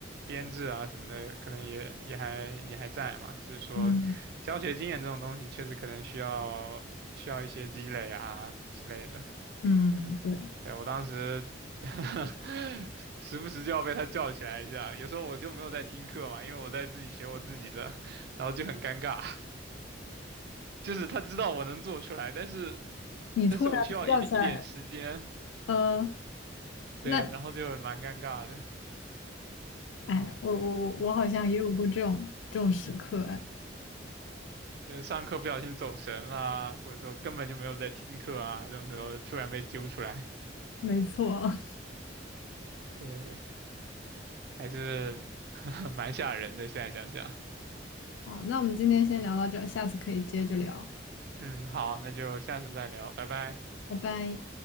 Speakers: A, on the right; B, on the left.
A: 编制啊什么的，可能也也还也还在嘛。就是说，
B: <laughs> 嗯
A: 教学经验这种东西，确实可能需要需要一些积累啊之类的。
B: 嗯，对，
A: 对，我当时 <laughs> 时不时就要被他叫起来一下。有时候我就没有在听课嘛，因为我在自己学我自己的，<laughs> 然后就很尴尬。<laughs> 就是他知道我能做出来，但是
B: 你突然被叫起来，
A: 但是我需要一定一点时间，
B: 呃。
A: 对，
B: 那。
A: 然后就蛮尴尬的。
B: 哎，我我我我好像也有过这种这种时刻，哎
A: 就是上课不小心走神啦，或者说根本就没有在听课啊，这种时候突然被揪出来，
B: 没错。<laughs>
A: 对，还是 <laughs> 蛮吓人的。现在想想，
B: 好，那我们今天先聊到这儿，下次可以接着聊，
A: 嗯，好，那就下次再聊，拜拜。
B: 拜拜。